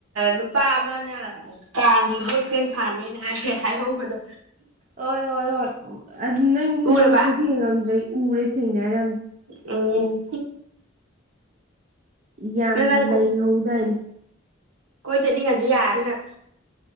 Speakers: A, on the right; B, on the right.
A: ꯂꯨꯄꯥ ꯑꯃꯅ ꯀꯥꯪꯡꯒꯤꯕꯨꯣꯛꯛꯇ ꯏꯟꯁꯥꯅꯦꯅ ꯍꯥꯏ ꯍꯥꯑꯣꯕꯗꯣ
B: ꯍꯣꯏ ꯍꯣꯏ ꯍꯣꯏ ꯑꯗꯨ ꯅꯪ ꯏꯚꯌꯨꯁꯗꯤ
A: ꯎꯔꯕ
B: ꯊꯦꯡꯉꯝꯗ꯭ꯔꯦ ꯎꯔꯦ ꯊꯦꯡꯅꯩ ꯍꯥꯏꯔꯝꯦ꯫
A: ꯎꯝ
B: ꯌꯥꯝ
A: ꯅꯪ ꯅꯪ
B: ꯅꯩꯍꯧꯗꯥꯏꯅꯦ꯫
A: ꯀꯣꯏ ꯆꯠꯅꯤꯡꯉꯁꯨ ꯌꯥꯔꯅꯤ ꯅꯪ